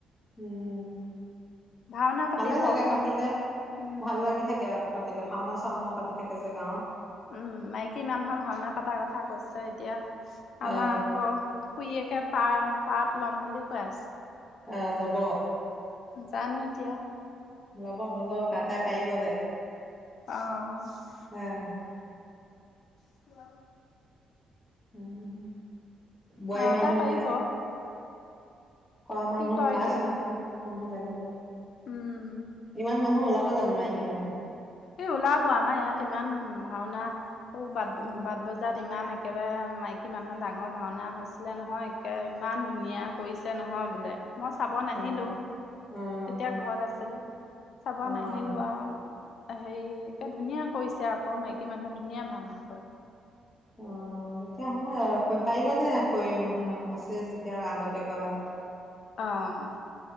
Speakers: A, on the left; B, on the left.
A: উম
B: ভাওনা পাতিব
A: ভালে লাগে
B: অসমীয়া
A: পাৰিলে,
B: উম।
A: ভাল লাগি থাকে আকৌ পাত তিলে, ভাওনা চাওনাও পাতি তাকে যে গাঁৱত।
B: উম, মাইকী মানুহৰ ভাওনা পতাৰ কথা কৈছে এতিয়া আমাৰ
A: আহ
B: আকৌ শুইেকে, পাত পাৰ্ত ল'ম বুলি কৈ আছে।
A: অ', ল'ব।
B: জানোঁ এতিয়া।
A: ল'ব অলপ <unintelligible> পাৰিব দে।
B: অ',
A: <unintelligible>
B: <inaudible>
A: উম, বোৱাৰী
B: অ
A: মানুহ
B: তাই পাৰিব
A: এতিয়া কৰা মানুহ
B: কি কয়
A: লাজ
B: এতিয়া
A: নকৰা, মানুহ লাগিব,
B: উম
A: ইমান মানুহ উলা ব জানোঁ মাইকী মানুহ?
B: এ ওলাব আমাৰ ইয়াত ইমান, ভাওনা বাট-বাট
A: অ
B: <unintelligible> তাত ইমান একেবাৰে মাইকী মানুহৰ ডাঙৰ ভাওনা হৈছিলে নহয় একে ইমান ধুনীয়া। হৈছে নহয় বোলে। মই চাব নাহিলোঁ,
A: অ অ',
B: তেতিয়া ঘৰত আছিলোঁ, চাব
A: অ',
B: নাহিলোঁ আৰু। হেৰি এহ ধুনীয়া কৰিছে আকৌ মাইকী মানুহে ধুনীয়া ভাওনা কৰে।
A: অ', তেতিয়া হ'লে পাৰিব দে <unintelligible> আছে যেতিয়া আগতে কৰা হয়।
B: অ',